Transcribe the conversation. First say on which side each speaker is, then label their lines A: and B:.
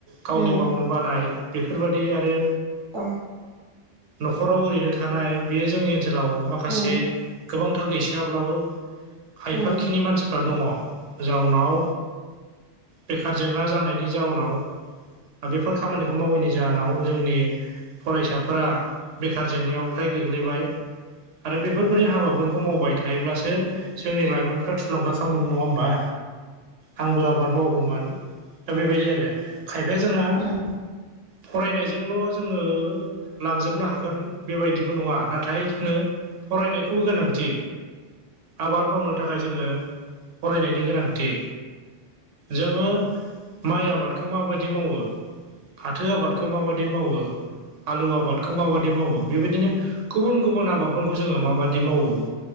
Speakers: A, on the right; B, on the right.
A: गावनि
B: उम
A: मावनो बानाय बेफोरबादि आरो
B: अ
A: न'खराव ओरैनो थानाय बेयो जोंनि ओनसोलाव माखासे
B: उम
A: गोबांथार गैसोायाब्लाबो खायफा
B: उम
A: खिनि मानसिफ्रा दङ जाउनाव बेखार जेंना जानायनि जाउनाव दा बेफोर खामानिखौ मावैनि जाहोनाव जोंनि फरायसाफोरा बेखार जेंनायाव फ्राय गोग्लैबाय आरो बेफोरबायदि
B: नंगौ
A: हाबाफोरखौ मावबाय था थायोब्लासो जोंनि लाइमोनफ्रा थुलुंगाखां मोनो नंङा होमबा आंबो आबाद मावगौमोन दा बेबायदि आरो खायफाया जोंना
B: उम
A: फरायनायजोंल' जोंङो लांजोबनो हा गोन बेबायदिबो नंङा नाथाय जोंनो फरायनायखौबो गोनांथि आबाद मावनो थाखाय जोंङो फरायनायनि गोनांथि जोङो माइ आबादखौ माबायदि मावो फाथो आबादखौ माबाददि मावो आलु आबादखौ माबा दि मावो बेबायदिनो गुबुन गुबुन आबादफोरखौ जोंङो माबादि मावो